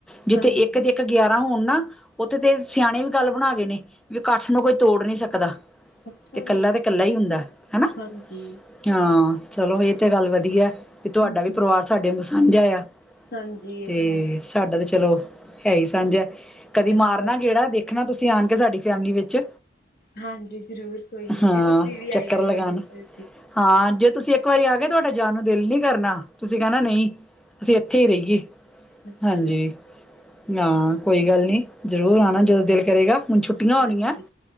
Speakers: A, in the centre; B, on the left.
A: ਜਿੱਥੇ
B: ਹਾਂਜੀ
A: ਇੱਕ ਤੇ ਇੱਕ ਗਿਆਰਾਂ ਹੋਣ ਨਾ ਉੱਥੇ ਤੇ ਸਿਆਣੇ ਵੀ ਗੱਲ ਬਣਾ ਗਏ ਨੇ ਵੀ ਇਕੱਠ ਨੂੰ ਕੋਈ ਤੋੜ ਨੀ ਸਕਦਾ
B: ਅੱਛਾ
A: ਤੇ ਇਕੱਲਾ
B: ਜੀ।
A: ਤੇ ਕੱਲਾ ਹੀ ਹੁੰਦਾ ਹਨਾ
B: ਹਾਂਜੀ
A: ਹਾਂ ਚਲੋ ਇਹ ਤੇ ਗੱਲ ਵਧੀਆ ਵੀ ਤੁਹਾਡਾ
B: ਹਮ
A: ਵੀ
B: ਹਮ,
A: ਪਰਿਵਾਰ ਸਾਡੇ ਨੂੰ ਸਾਂਝਾ ਆ
B: ਹਾਂਜੀ ਇਹ
A: ਤੇ
B: ਤਾਂ ਹੈ
A: ਸਾਡਾ ਤੇ ਚਲੋ ਹੈ ਹੀ ਸਾਂਝ ਹੈ ਕਦੀ
B: ਅੱਛਾ
A: ਮਾਰਨਾ ਗੇੜਾ ਦੇਖ ਦੇਖਣਾ ਤੁਸੀਂ ਆਣ ਕੇ ਸਾਡੀ ਫੈਮਿਲੀ ਵਿੱਚ
B: ਹਾਂਜੀ ਜ਼ਰੂਰ ਕੋਈ ਨੀ
A: ਹਾਂ
B: ਜੀ ਤੁਸੀਂ ਵੀ
A: ਚੱਕਰ
B: ਆਈਓ
A: ਲਗਾਉਣ
B: ਸਾਡੇ ਕੋਲ
A: ਹਾਂ ਜੇ ਤੁਸੀਂ ਇੱਕ ਵਾਰੀ ਆ ਗ ਤੁਹਾਡੇ ਜਾਣ ਨੂੰ ਦਿਲ ਨਹੀਂ ਕਰਨਾ ਤੁਸੀਂ ਕਹਿਣਾ ਨਹੀਂ ਅਸੀਂ ਇੱਥੇ ਹੀ ਰਹੀਏ।
B: ਅੱਛਾ
A: ਹਾਂਜੀ ਹਾਂ ਕੋਈ ਗੱਲ ਨੀ ਜਰੂਰ ਆਉਣਾ ਜਦੋਂ ਦਿਲ ਕਰੇਗਾ ਹੁਣ ਛੁੱ ਛੋਟੀਆਂ ਹੋਣੀਆਂ
B: ਹਾਂਜੀ